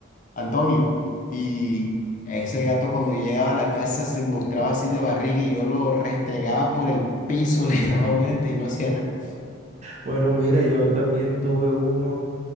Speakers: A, on the left; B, on the right.
A: Antonio. Y ese gato cuando yo llegaba a la casa se mostraba así de barriga y yo lo restregaba por el piso, <laughs> le daba vueltas y no hacía nada.
B: Bueno, mira, yo también tuve uno